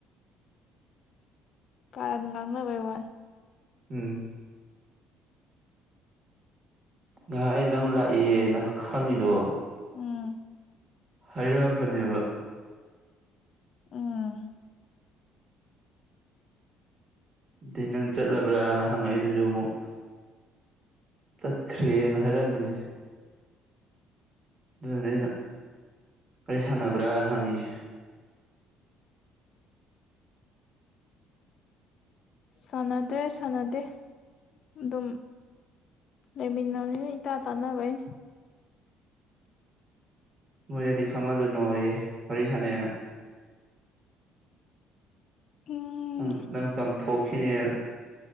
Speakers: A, on the left (about 60°); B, on the right (about 45°).
A: ꯀꯥꯔꯗ ꯉꯥꯡꯅꯕꯩ ꯋꯥꯜ
B: ꯎꯝ ꯉꯍꯥꯛ ꯅꯪ ꯂꯥꯛꯑꯦꯅ ꯈꯪꯉꯤꯗꯣ
A: ꯎꯝ
B: ꯍꯥꯏꯔꯛꯑꯝꯕꯅꯦꯕ
A: ꯎꯝ
B: ꯑꯗꯤ ꯅꯪ ꯆꯠꯂꯕ꯭ꯔꯥꯅ ꯍꯪꯉꯛꯦ ꯑꯗꯨꯁꯨ ꯑꯃꯨꯛ ꯆꯠꯈ꯭ꯔꯦꯅ ꯍꯥꯏꯔꯝꯕꯅꯤ ꯑꯗꯨꯗꯨꯅꯦ ꯑꯩꯅ ꯀꯔꯤ ꯁꯥꯟꯅꯕ꯭ꯔꯅ ꯍꯪꯉꯁꯤꯦ
A: ꯁꯥꯟꯅꯗ꯭ꯔꯦ ꯁꯥꯟꯅꯗꯦ ꯑꯗꯨꯝ ꯂꯩꯃꯤꯅꯤ ꯏ ꯇꯥ ꯇꯥꯅꯕꯥꯏ
B: ꯅꯣꯏꯗꯗꯤ ꯈꯪꯍꯜꯂꯨꯅꯣ ꯑꯩꯌꯦ ꯋꯥꯔꯤ ꯁꯥꯟꯅꯩꯌꯦꯅ
A: ꯎꯝ
B: ꯅꯪ ꯅꯪ ꯇꯝꯊꯣꯛꯈꯤꯅꯦ